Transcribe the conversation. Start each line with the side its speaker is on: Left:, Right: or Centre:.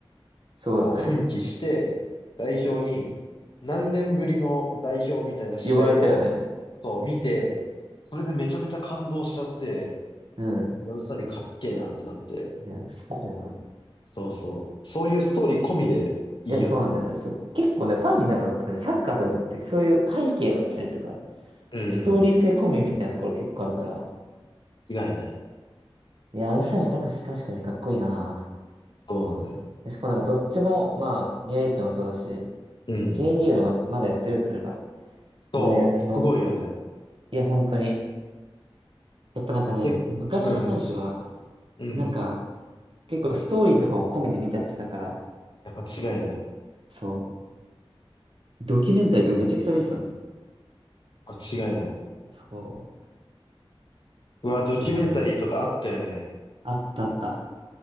Right: そうだね。
Left: こう奮起して、代表に何年ぶりの代表みたいな試合をそう見て、
Right: 呼ばれたよね。
Left: それでめちゃめちゃ感動しちゃって、
Right: うん。
Left: 宇佐美かっけえなってなって。
Right: いや、そうだよな。
Left: そうそう。そういうストーリー込みでいいよね。
Right: いや、そうなんだよね。そう、結構ね、ファンになるのってね、サッカーとかじゃなくて、そういう背景だったりとか、
Left: うんうん。
Right: ストーリー性込みみたいなところ結構あるから、
Left: 違いない。
Right: いやー、宇佐美貴史確かにかっこいいな。
Left: そうなのよ。
Right: しかもなんかどっちも、まあ、宮市もそうだし、
Left: うん。
Right: J リーグでま、まだやってるっていうのが
Left: そう、
Right: 胸熱の。
Left: すごいよね。
Right: いや、本当に。やっぱなんかね、
Left: え、
Right: 昔の選手は、
Left: うん、うん。
Right: なんか、結構ストーリーとかも込みで見ちゃってたから、
Left: やっぱ違いない。
Right: そう、ドキュメンタリーとかめちゃくちゃ見てたもん。
Left: 間違いない。
Right: そ
Left: うわ、ドキュメンタリーとかあったよね。
Right: う。いやー、あったあった。